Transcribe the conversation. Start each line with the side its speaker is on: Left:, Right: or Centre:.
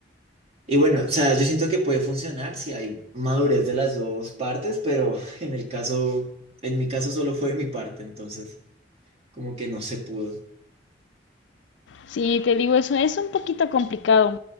Right: y bueno, o sea, yo siento que puede funcionar si hay madurez de las dos partes, pero <laughs> en el caso, en mi caso solo fue de mi parte, entonces como que no se pudo.
Left: Sí, te digo, eso es un poquito complicado.